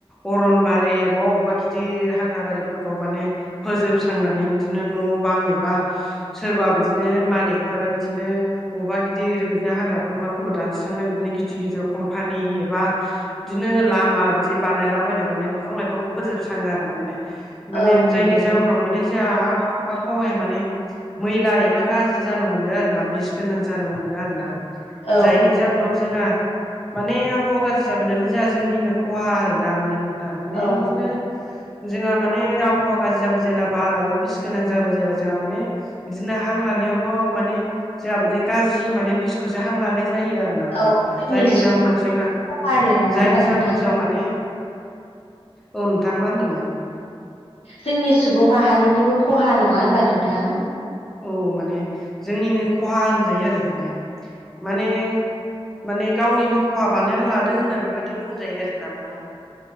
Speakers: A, in the centre; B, on the left.
A: अरनबारि अबावबा अबावबा गिदिर हाग्रा बारिफोरखौ माने फोजोबस्रांनानै बिदिनो न' बां एबा सोरबा बिदिनो मालिकफोरा बिदिनो अबेबा गिदिर बिदिनो हाग्राफोर माफोरखौ दानस्रांनाय बिदिनो गिदिर गिदिर कम्पानि एबा बिदिनो लामा बिदि बानायलाबायना माने बिफां लाइफां फोजोबस्राङो आरो ना माने माने
B: औ नंगौ
A: जायनि जाउनाव माने जोंहा आब-आबहावाया माने मैला एबा गाज्रि जानो हमदों आरो ना बिस गोनां जानो हमदों आरो ना।
B: औ
A: जायनि जाउनाव जोंहा माने आबहावा गाज्रि जाबाय नालाय जोंहा जोंनिनो खहा आरो ना माने नोंथां माने
B: औ
A: बिदिनो जोंहा माने आबहावा गाज्रि जाबाय जेला बाराबो बिस गोनां जाबाय जेब्ला जोंहा माने बिदिनो हां लानायावबो माने जोंहा बिदिनो गाज्रि माने बिसखौसो हां लानाय जायो आ ना माने
B: औ जोंनि
A: जायनि
B: सुबुं
A: जाउनाव जोंहा
B: खहा आरो नङा
A: जायनि
B: होनबा नोंथां
A: जाहोनाव जोंहा माने औ नोंथां मा होनदोमोन
B: जोंनि सुबुं माहारिनिबो खहा नङा होनबा नोंथां।
A: औ माने जोंनिनो खहा होनजायो आरो माने
B: औ
A: माने माने गावनिनो खहा बानायना लादों होनना बेबाददि बुंजायो आरो ना माने